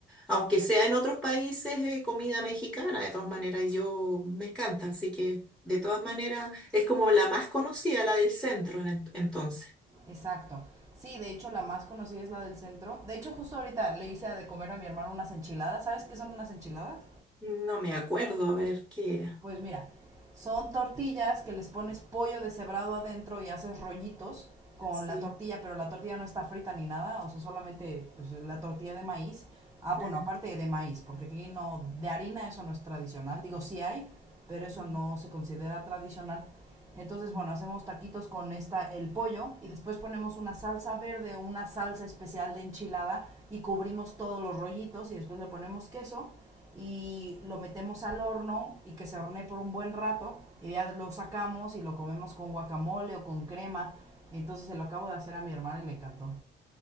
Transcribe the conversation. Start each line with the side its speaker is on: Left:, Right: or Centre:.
Centre: Aunque sea en otros países, eh, comida mexicana, de todas maneras, y yo me encanta, así que de todas maneras es como la más conocida, la del centro en ent- entonces.
Right: Exacto. Sí, de hecho la más conocida es la del centro. De hecho, justo ahorita le hice de comer a mi hermano unas enchiladas. ¿Sabes qué son unas enchiladas?
Centre: No me acuerdo a ver qué era.
Right: Pues mira, son tortillas que les pones pollo deshebrado adentro y haces rollitos con
Centre: Sí.
Right: la tortilla, pero la tortilla no está frita ni nada, o sea, solamente pues, la tortilla de maíz. Ah, bueno,
Centre: eh,
Right: aparte de maíz, porque aquí no, de harina eso no es tradicional. Digo, sí hay, pero eso
Centre: mm,
Right: no se considera tradicional. Entonces,
Centre: mm.
Right: bueno, hacemos taquitos con esta el pollo y después ponemos una salsa verde o una salsa especial de enchilada y cubrimos todos los rollitos y después le ponemos queso y lo metemos al horno y que se hornee por un buen rato y ya lo sacamos y lo comemos con guacamole o con crema. Entonces se lo acabo de hacer a mi hermana y le encantó.